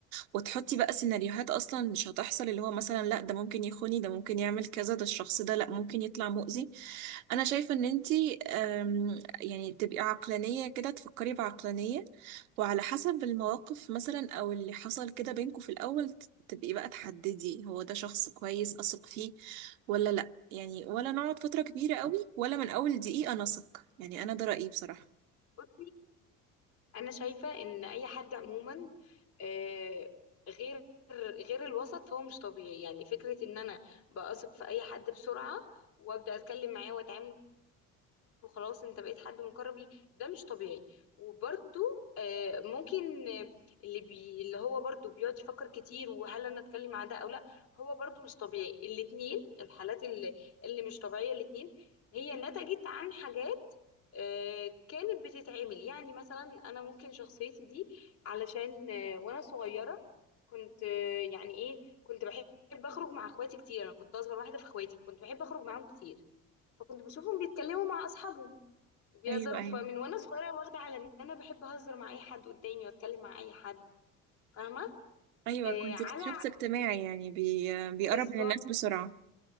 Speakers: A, on the right; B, on the left.
A: وتحطي بقى سيناريوهات اصلا مش هتحصل اللي هو مثلا لا ده ممكن يخوني ده ممكن يعمل كذا ده الشخص ده لا ممكن يطلع مؤذي انا شايفة ان انتي أم، يعني تبقي عقلانية كده تفكري بعقلانية وعلى حسب المواقف مثلا او اللي حصل كده بينكوا في الاول ت- تبقي بقى تحددي هو ده شخص كويس اثق فيه ولا لا يعني ولا نقعد فترة كبيرة قوي ولا من اول دقيقة نثق يعني انا ده رأيي بصراحة
B: بصي انا شايفه ان اي حد عموما آه، غير غير الوسط فهو مش طبيعي يعني فكره ان انا بثق في اي حد بسرعه وابدا اتكلم معاه واتعامل وخلاص انت بقيت حد مقرب لي ده مش طبيعي وبرده آه، ممكن آه، اللي بي اللي هو برده بيقعد يفكر كتير وهل انا اتكلم مع ده او لا هو برده مش طبيعي الاتنين الحالات اللي, اللي مش طبيعية الاتنين هي نتجت عن حاجات آه، كانت بتتعمل يعني مثلا انا ممكن شخصيتي دي علشان آه، وانا صغيرة كنت آه، يعني ايه كنت بحب اخرج مع اخواتي كتير انا كنت اصغر واحدة في اخواتي كنت بحب اخرج معاهم كتير فكنت بشوفهم بيتكلموا مع اصحابهم وبيهزروا
A: ايوه ايوه
B: فمن وانا صغيره واخده على ان انا بحب اهزر مع اي حد قدامي واتكلم مع اي حد فاهمه
A: ايوه
B: آه
A: كنت
B: على
A: اكت- شخص اجتماعي يعني بي... بيقرب
B: بالظبط
A: من الناس بسرعة